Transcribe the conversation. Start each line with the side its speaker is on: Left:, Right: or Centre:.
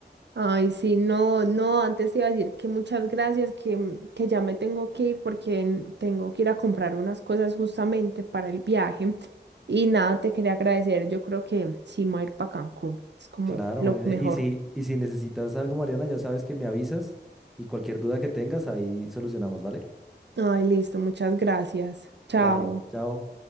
Right: Ay, sí, no, no, antes te iba a decir que muchas gracias, que, mm, que ya me tengo que ir porque en- tengo que ir a comprar unas cosas justamente para el viaje. Y nada, te quería agradecer, yo creo que sí me voy a ir para Cancún, es como
Centre: Claro,
Right: lo
Centre: Mariana.
Right: mejor.
Centre: Y si, y si necesitas algo, Mariana, ya sabes que me avisas y cualquier duda que tengas, ahí solucionamos, ¿vale?
Right: Ay, listo, muchas gracias. Chao.
Centre: Dale, chao.